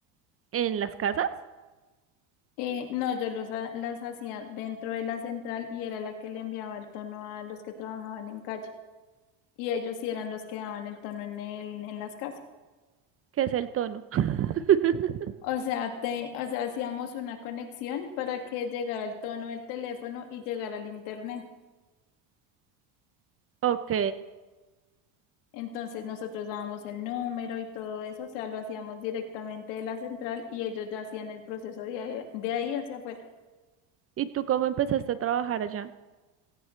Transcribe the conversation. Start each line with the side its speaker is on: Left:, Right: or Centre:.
Right: ¿En las casas?
Left: Eh, no, yo los, ha- las hacía dentro de la central y era la que le enviaba el tono a los que trabajaban en calle. y ellos sí eran los que daban el tono en el, en las casas.
Right: que es el tono. <laughs>
Left: O sea, te, o sea, hacíamos una conexión para que llegara el tono del teléfono y llegara al internet.
Right: Ok.
Left: Entonces nosotros dábamos el número y todo eso, o sea, lo hacíamos directamente de la central y ellos ya hacían el proceso de ahí, de ahí hacia afuera.
Right: ¿Y tú cómo empezaste a trabajar allá?